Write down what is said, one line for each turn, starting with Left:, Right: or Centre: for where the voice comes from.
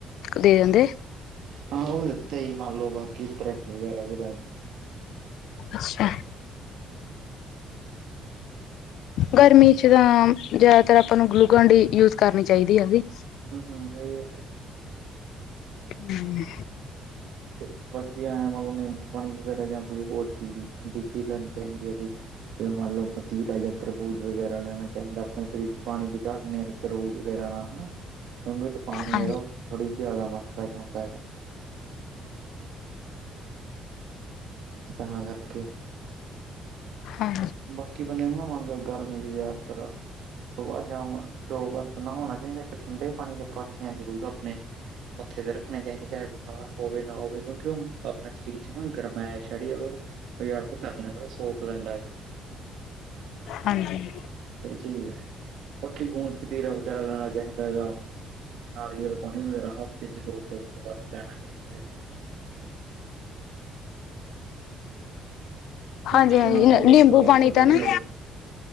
Left: ਦੇ ਦਿੰਦੇ।
Right: ਹਾਂ ਉਹ ਦਿੱਤਾ ਜੀ ਮੰਨ ਲਓ ਬਾਕੀ ਡਰਿਪ ਵਗੈਰਾ ਵੀ ਲਾਈ।
Left: ਅੱਛਾ <inaudible>
Right: ਹਾਂਜੀ <inaudible>
Left: ਗਰਮੀ 'ਚ ਤਾਂ ਜਿਆਦਾਤਰ ਆਪਾਂ ਨੂੰ ਗਲੂਕਨ ਡੀ ਯੂਜ ਕਰਨੀ ਚਾਹੀਦੀ ਹੈਗੀ।
Right: ਹੂੰ ਹੂੰ ਸਈ ਏ ਸ।
Left: ਹੂੰ।
Right: ਤੇ ਬਾਕੀ ਐ ਆ ਮਤਲਬ ਨਿੰਬੂ ਪਾਣੀ ਵਗੈਰਾ ਜਾਂ ਕੋਈ ਹੋਰ ਚੀਜ਼ ਠੰਡੀ ਚੀਜ਼ ਲੈਣੀ ਚਾਹੀਦੀ ਹੈਗੀ। ਜਿਵੇਂ ਮੰਨ ਲਓ ਮਤੀਰਾ ਜਾਂ ਤਰਬੂਜ ਵਗੈਰਾ ਲੈਣਾ ਚਾਹੀਦਾ ਆਪਣੇ ਸਰੀਰ 'ਚ ਪਾਣੀ ਦੀ ਘਾਟ ਨੀ ਹੋਏਗੀ। ਤਰਬੂਜ ਵਗੈਰਾ ਹਨਾ ਗਗੂ <unintelligible> 'ਚ ਪਾਣੀ ਜਿਹੜਾ
Left: ਹਾਂ
Right: ਉਹ ਥੋੜੀ ਜਿਆਦਾ ਮਾਤਰਾ 'ਚ ਹੁੰਦਾ ਹੈਗਾ। ਤਾਂ ਕਰਕੇ।
Left: ਹਾਂਜੀ।
Right: ਬਾਕੀ ਬੰਦੇ ਨੂੰ ਨਾ ਮੰਨ ਲਓ ਗਰਮੀ ਦੀ ਜਾਦਾਤਰ ਸੁਬਾਹ-ਸ਼ਾਮ ਦੋ ਵਾਰ। ਨਾ ਹੋਣਾ ਚਾਹੀਦਾ ਇੱਕ ਠੰਡੇ ਪਾਣੀ ਦੇ ਪਰਤੀਆਂ ਜ਼ਰੂਰ ਆਪਣੇ ਮੱਥੇ ਤੇ ਰੱਖਣੇ ਚਾਹੀਦੇ ਚਾਹੇ- ਬੁਖਾਰ ਹੋਵੇ ਨਾ ਹੋਵੇ ਕਿਉਂਕਿ ਉਹ ਆਪਣੇ ਸਰੀਰ 'ਚ ਨਾ ਗਰਮ ਏ ਛੜੀ ਉਹ ਬਰਪ <unintelligible> ਕਰ ਲੈਂਦਾ ਸੋਕ ਲੈਂਦਾ ਹੈਗਾ।
Left: ਹਾਂਜੀ।
Right: ਇਹ ਚੀਜ਼ ਹੈ, ਬਾਕੀ ਗੂੰਦ-ਕਤੀਰਾ ਵਗੈਰਾ ਲੈਣਾ ਚਾਹੀਦਾ ਹੈਗਾ। ਨਾਰੀਅਲ ਪਾਣੀ ਵਗੈਰਾ ਹਫ਼ਤੇ ਚ ਦੋ- ਤਿੰਨ ਵਾਰ ਲੈਣਾ ਚਾਹੀਦਾ ਹੈਗਾ
Left: ਹਾਂਜੀ-
Right: ਇੰਨੇ
Left: ਹਾਂਜੀ
Right: ਕੁ ਨਾਲ ਮੰਨ ਲਓ
Left: ਨਿੰਬੂ
Right: ਆਪਾਂ ਨੂੰ
Left: ਪਾਣੀ
Right: ਬਸ
Left: ਤਾਂ
Right: ਸਹੀ
Left: ਨਾ,
Right: ਹੋਏ